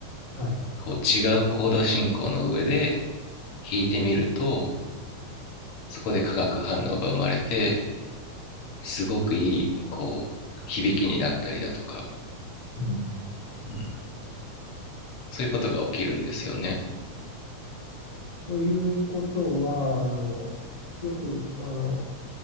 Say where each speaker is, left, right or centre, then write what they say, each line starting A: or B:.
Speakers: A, on the left; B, on the left.
A: はい。
B: こう違うコード進行の上で弾いてみるとそこで化学反応が生まれてすごくいいこう響きになったりだとか、
A: うん。
B: うん、そういうことが起きるんですよね。
A: ということは、あの、よく、あの、